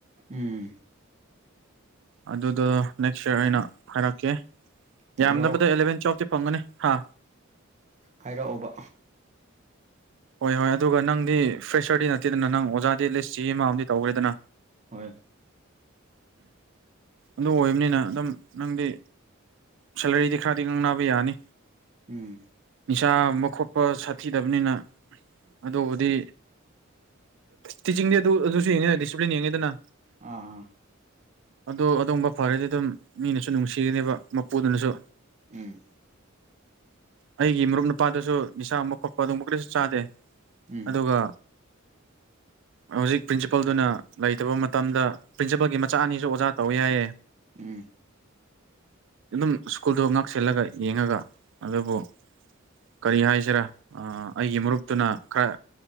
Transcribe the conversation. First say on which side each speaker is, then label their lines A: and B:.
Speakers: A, on the right (about 35°); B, on the right (about 65°).
A: ꯎꯝ
B: ꯑꯗꯨꯗ ꯅꯦꯛ ꯁꯦ ꯑꯩꯅ ꯍꯥꯏꯔꯛꯀꯦ
A: ꯍꯥꯏꯔꯛꯑꯣ
B: ꯌꯥꯝꯗꯕꯗ ꯑꯦꯂꯚꯦꯟ ꯇꯨꯌꯦꯜꯐꯇꯤ ꯐꯪꯒꯅꯤ ꯍꯥ
A: ꯍꯥꯏꯔꯛꯑꯣꯕ
B: ꯍꯣꯏ ꯍꯣꯏ ꯑꯗꯨꯒ ꯅꯪꯗꯤ ꯐ꯭ꯔꯦꯁꯔꯗꯤ ꯅꯠꯇꯦꯗꯅ ꯅꯪ ꯑꯣꯖꯥꯗꯤꯠ ꯂꯤꯁ ꯆ ꯑꯃ ꯑꯝ ꯇꯧꯈ꯭ꯔꯦꯗꯅ
A: ꯍꯣꯏ
B: ꯑꯗꯨ ꯑꯣꯏꯕꯅꯤꯅ ꯑꯗꯨꯝ ꯅꯪꯗꯤ ꯁꯦꯂꯔꯤꯗꯤ ꯈꯔꯗꯤ ꯉꯥꯡꯅꯕ ꯌꯥꯅꯤ
A: ꯎꯝ
B: ꯅꯤꯁꯥꯝꯕ ꯈꯣꯠꯄ ꯁꯥꯊꯤꯗꯕꯅꯤꯅ ꯑꯗꯨꯕꯨꯗꯤ ꯇꯤꯆꯤꯡꯗꯤ ꯑꯗꯨ ꯑꯗꯨꯁꯨ ꯌꯦꯡꯉꯦꯅ ꯗꯤꯁꯤꯄ꯭ꯂꯤꯟ ꯌꯦꯡꯉꯦꯗꯅ
A: ꯑ ꯑ
B: ꯑꯗ ꯑꯗꯨꯒꯨꯝꯕ ꯐꯔꯗꯤ ꯑꯗꯨꯝ ꯃꯤꯅꯁꯨ ꯅꯨꯡꯁꯤꯒꯅꯦꯕ ꯃꯄꯨꯗꯨꯅꯁꯨ
A: ꯎꯝ
B: ꯑꯩꯒꯤ ꯃꯔꯨꯞ ꯅꯨꯄꯥꯗꯁꯨ ꯅꯤꯁꯥ ꯑꯃ ꯈꯣꯠꯄ ꯑꯗꯨꯒꯕ ꯀ ꯆꯥꯗꯦ
A: ꯎꯝ
B: ꯑꯗꯨꯒ ꯍꯧꯖꯤꯛ ꯄ꯭ꯔꯤꯟꯁꯤꯄꯜꯗꯨꯅ ꯂꯩꯇꯕ ꯃꯇꯝꯗ ꯄ꯭ꯔꯤꯟꯁꯤꯄꯜꯒꯤ ꯃꯆꯥ ꯑꯅꯤꯁꯨ ꯑꯣꯖꯥ ꯇꯧ ꯌꯥꯏꯌꯦ
A: ꯎꯝ
B: ꯑꯗꯨꯝ ꯁ꯭ꯀꯨꯜꯗꯣ ꯉꯥꯛꯁꯜꯂꯒ ꯌꯦꯡꯉꯒ ꯑꯗꯨꯕꯨ ꯀꯔꯤ ꯍꯥꯏꯁꯤꯔꯥ ꯑꯩꯒꯤ ꯃꯔꯨꯞꯇꯨꯅ ꯈꯔ